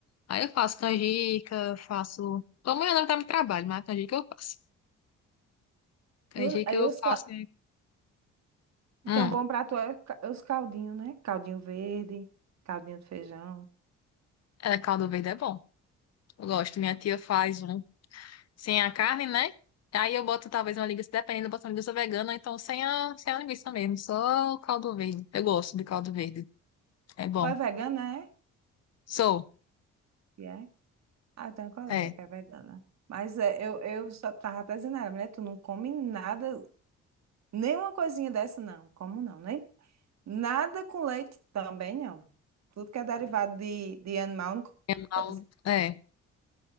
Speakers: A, on the left; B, on the right.
A: Aí eu faço canjica, faço. Como eu não tá no trabalho, mas canjica eu faço. Canjica
B: E o- aí
A: eu
B: os,
A: faço.
B: ca-
A: Hum,
B: tem um bom prato, é ca- é os caldinhos, né? Caldinho verde, caldinho de feijão.
A: é, caldo verde é bom. Eu gosto. Minha tia faz um. Sem a carne, né? Aí eu boto talvez uma linguiça, dependendo, eu boto uma linguiça vegana, ou então sem a, sem a linguiça mesmo, só o caldo verde. Eu gosto de caldo verde, é bom.
B: Tu é vegana, é?
A: Sou,
B: E é. Ah, eu tenho uma colega
A: é,
B: que é vegana. Mas é, eu, eu só tava até dizendo, a ela, mulher, tu não come nada Nenhuma coisinha dessa, não. Como não? Nem... Nada com leite também, não. Tudo que é derivado de, de animal, não
A: mal,
B: pode ser.
A: é.